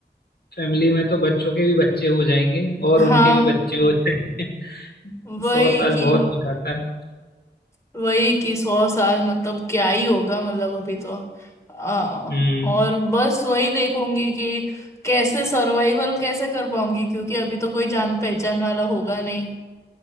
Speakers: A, on the left; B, on the left.
A: फैमिली में तो बच्चों के भी बच्चे हो जाएंगे और उनके
B: हाँ
A: भी बच्चे हो जाएंगे <laughs>
B: वही
A: सौ साल
B: कि
A: बहुत हो जाता है
B: वही कि सौ साल मतलब क्या ही होगा मतलब अभी तो आ,
A: हम्म
B: और बस वही देखूंगी कि कैसे सर्वाइवल कैसे कर पाऊंगी क्योंकि अभी तो कोई जान पहचान वाला होगा नहीं